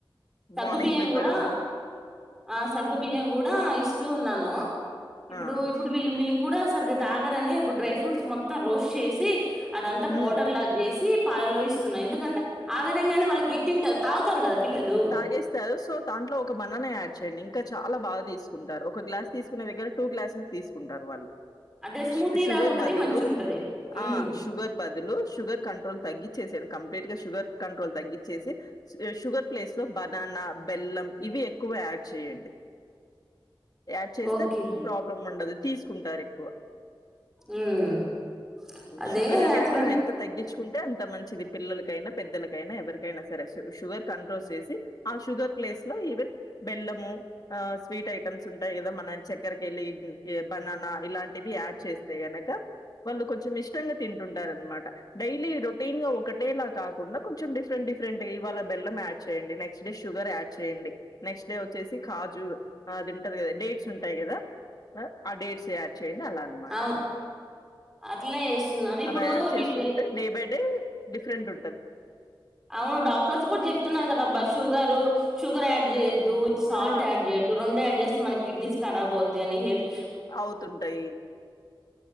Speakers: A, in the centre; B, on the left (about 45°).
A: సగ్గు
B: మార్నింగ్
A: బియ్యం
B: ఇవ్వడము.
A: కూడ ఆ సగ్గు బియ్య గూడ ఇస్తూ ఉన్నాను ఇప్పుడు
B: ఆ!
A: ఇప్పుడు కూడ సరిగ్గా తాగరనే ఇప్పుడు డ్రై ఫ్రూట్స్ మొత్తం రోస్ట్ చేసి అదంతా
B: హ్మ్.
A: పౌడర్ లా చేసి పాలల్లో ఇస్తున్న ఎందుకంటే ఆ విధంగాయినా వాళ్ళకి గట్టిం <unintelligible> తాగుతారు కదా పిల్లలు
B: తాగేస్తారు సో దాంట్లో ఒక బబనానయాడ్ చేయండి ఇంకా చాలా బాగా తీసుకుంటారు ఒక గ్లాస్ తీసుకునే దగ్గర టూ క్లాసెస్ తీసుకుంటారు వాళ్ళు
A: అదే స్మూతి
B: షు షుగర్
A: లాగ ఉంటది
B: బదులు
A: మంచిగ ఉంటది ఉమ్
B: ఆ షుగర్ బదులు షుగర్ కంట్రోల్ తగ్గించేసాను క లైట్ గా సుగర్ కంట్రోల్ తగ్గించేసి బనాన బెల్లం ఇవి ఎక్కువ యాడ్ చేయండి యాడ్ చేస్తే
A: ఓకే
B: ప్రాబ్లం ఉండదు తీసుకుంటారు ఎక్కువ
A: ఉమ్ అదే
B: షుగర్ అనేది
A: అట్లనే
B: మనం ఎంత తగ్గించ్ కుంటే అంత మంచిది పిల్లలకైనా పెద్దలకైనా ఎవరికైనా సరే షుగర్ కంట్రోల్ చేసి ఆ షుగర్ ప్లేస్ లో ఈవెన్ బెల్లము ఆ స్వీట్ ఐటమ్స్ ఉంటాయి కదా మన చక్కరకెల్లి బనాన ఇలాంటివి యాడ్ చేస్తే గనక వాళ్ళు కొంచెం ఇష్ <unintelligible> తింటుంటారు అనమాట డైలీ రొటీన్గా ఒకటేలా కాకుండా కొంచెం డిఫరెంట్ డిఫరెంట్ ఇవాళ బెల్లం యాడ్ చేయండి నెక్స్ట్ డే షుగర్ యాడ్ చేయండి నెక్స్ట్ డే వచ్చేసి కాజు అదింటది కదా డేట్స్ ఉంటాయి కదా ఆ డేట్స్ యాడ్ చేయండి అల అనమాట
A: అవు అట్లనే చేస్తున్నాను ఇప్పుడు
B: అలా యాడ్ చేస్తుంటే
A: వి- వి-
B: డే బై డే డిఫరెంట్ ఉంట
A: అవును డాక్టర్స్ కూడ చెప్తున్నారు కదాబ్బా షుగరు షుగర్ యాడ్ చే సాల్ట్
B: ఆ
A: యాడ్ చేయడు రెండు యాడ్ చేస్తే మన కిడ్నీస్ కరాబ్ అవుతా అని హెల్త్
B: అవుతుంటాయి